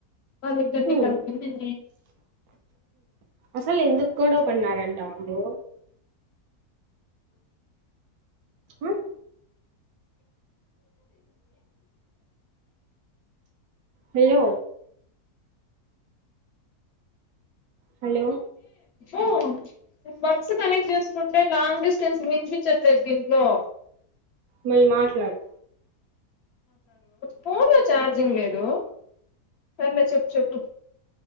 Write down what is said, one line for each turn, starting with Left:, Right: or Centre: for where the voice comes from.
Left: వాళ్లిదరిని
Right: ఉ
Left: కలిపింది నేన్
Right: అసలు ఎందుకు గొడవ పన్నారంటా వాళ్ళు అహ్ హలో హలో
Left: ఓ బడ్స్ కనెక్ట్ చేసుకుంటే లాంగ్ డిస్టెన్స్ వినిపిచట్లేదు దీంట్లో
Right: మళ్లి మాట్లాడు
Left: ఫోన్ లో ఛార్జింగ్ లేదు సర్లే చెప్పు చెప్పు